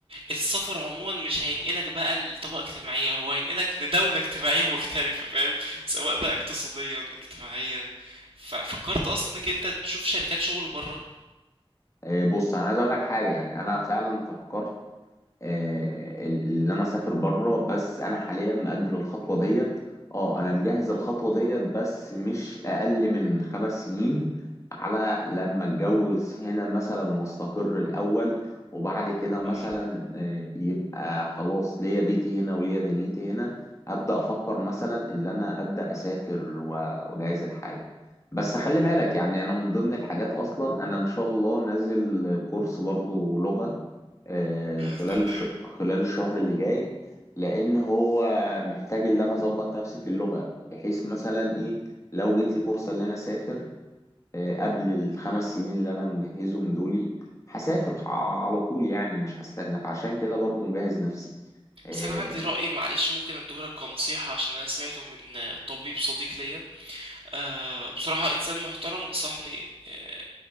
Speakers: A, on the right (about 75°); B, on the left (about 30°).
A: السفر عموما مش هينقلك بقى لطبقة اجتماعية هو هينقلك لدولة اجتماعية مختلفة فاهم سواء بقى اقتصاديا اجتماعيا ففكرت اصلا انك انت تشوف شركات شغل بره
B: آه، بص انا عايز اقول لك حاجه يعني انا فعلا فكرت آه، اللي انا اسافر بره بس انا حاليا مأجل الخطوه ديت اه انا مجهز الخطوه ديت بس مش اقل من خمس سنين على لما اتجوز هنا مثلا واستقر الاول وبعد كده مثلا
A: مم.
B: آه، يبقى خلاص ليا بيتي هنا وليا دنيتي هنا ابدا افكر مثلا ان انا ابدا اسافر و- واجهز الحاجه بس خلي بالك يعني انا من ضمن الحاجات اصلا انا ان شاء الله نازل كورس برضو لغه آه،
A: بإذن
B: خلال
A: الله
B: الش... خلال الشهر اللي جاي لان هو محتاج ان انا اظبط نفسي في اللغه بحيث مثلا ايه لو جت لي فرصه ان انا اسافر آه، قبل الخمس سنين اللي انا مجهزهم دولي هسافر ح- على طول يعني مش هستنى فعشان كده برضو مجهز نفسي آه،
A: بس انا عندي رأي معلش ممكن اديهولك كنصيحة عشان انا سمعته من آه، طبيب صديق ليا آه بصراحة انسان محترم نصحني آه